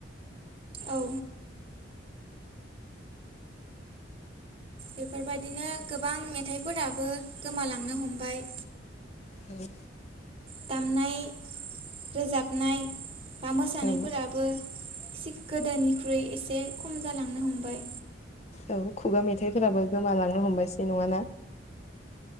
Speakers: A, on the right; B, on the left.
A: औ बेफोरबायदिनो गोबां मेथाइफोराबो गोमालांनो हमबाय।
B: औ।
A: दामनाय रोजाबनाय बा मोसानायफोराबो
B: औ
A: गोदोनिख्रुय एसे खम जालांनो हमबाय।
B: औ खुगा मेथाइफोराबो गोमालांनो हमबायसै नङाना?